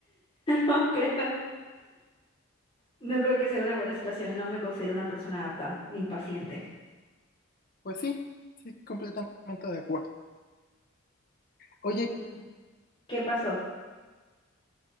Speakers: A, on the left (about 25°); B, on the left (about 40°).
A: no creo. No creo que sea una buena situación, no me considero una persona apta ni paciente.
B: Pues sí, sí, completamente de acuerdo. Oye,
A: Mm. ¿Qué pasó?